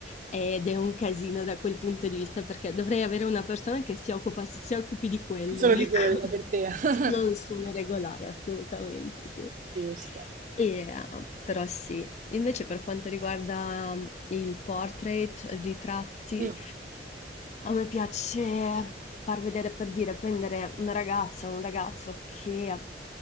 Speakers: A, on the left; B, on the right.
A: ed è un casino da quel punto di vista perché dovrei avere una persona che si occupa, si occupi di quello,
B: solo
A: <laughs> ecco.
B: di quello per te. <laughs>
A: Non sono regolare assolutamente, sì. E,
B: Giusto.
A: eh, però sì, invece per quanto riguarda mm, il portrait, ritratti,
B: Mm.
A: a me piace far vedere, per dire, prendere una ragazza o un ragazzo che